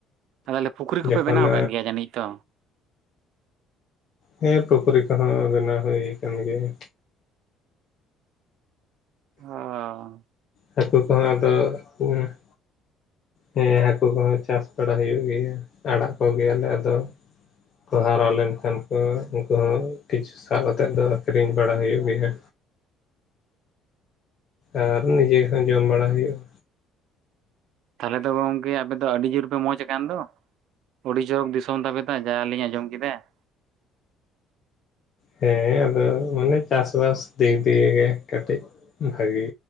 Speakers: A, on the right (about 70°); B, on the left (about 45°).
A: ᱟᱫᱚ ᱞᱮ ᱯᱩᱠᱷᱨᱤ ᱠᱚᱯᱮ
B: ᱡᱚᱠᱷᱚᱱ
A: ᱵᱮᱱᱟᱣ ᱠᱟᱫ ᱜᱮᱭᱟ ᱡᱟᱹᱱᱤᱡ ᱛᱚ
B: ᱦᱮᱸ ᱯᱩᱠᱷᱨᱤ ᱠᱚᱦᱚᱸ ᱵᱮᱱᱟᱣ ᱦᱩᱭ ᱠᱟᱱ ᱜᱮᱭᱟ
A: ᱦᱚᱻᱚ
B: ᱦᱟᱹᱠᱩ ᱠᱚᱦᱚᱸ ᱟᱫᱚ ᱩᱸᱢ ᱼᱼ ᱦᱮᱸ ᱦᱟᱹᱠᱩ ᱠᱚᱦᱚᱸ ᱪᱟᱥ ᱵᱟᱲᱟ ᱦᱩᱭᱩᱜ ᱜᱮᱭᱟ ᱟᱲᱟᱜ ᱠᱚ ᱜᱮᱭᱟᱞᱮ ᱟᱫᱚᱼᱼ ᱠᱚ ᱦᱟᱨᱟ ᱞᱮᱱ ᱠᱷᱟᱱ ᱠᱚ ᱩᱱᱠᱩ ᱦᱚᱸ ᱠᱤᱪᱷᱩᱼᱼ ᱥᱟᱵ ᱟᱛᱮᱫ ᱫᱚ ᱟᱠᱷᱨᱤᱧ ᱵᱟᱲᱟ ᱦᱩᱭᱩᱜ ᱜᱮᱭᱟ ᱟᱨ ᱱᱤᱡᱮ ᱦᱚᱸ ᱡᱚᱢ ᱵᱟᱲᱟ ᱦᱩᱭᱩᱜᱼᱟ
A: ᱛᱟᱦᱞᱮ ᱫᱚ ᱜᱚᱝᱠᱮ ᱟᱯᱮ ᱫᱚ ᱟᱹᱰᱤ ᱡᱳᱨ ᱯᱮ ᱢᱚᱸᱡᱽ ᱟᱠᱟᱱ ᱫᱚ ᱚᱰᱤ ᱪᱚᱨᱚᱠ ᱫᱤᱥᱚᱢ ᱛᱟᱵᱮ ᱛᱚ ᱡᱟ ᱞᱤᱧ ᱟᱸᱡᱚᱢ ᱠᱮᱫᱟ ᱾
B: ᱦᱮᱸ ᱟᱫᱚ ᱢᱟᱱᱮ ᱪᱟᱥᱵᱟᱥ ᱫᱤᱠ ᱫᱤᱭᱮ ᱜᱮ ᱠᱟᱹᱴᱤᱡ ᱾ ᱵᱷᱟᱹᱜᱤ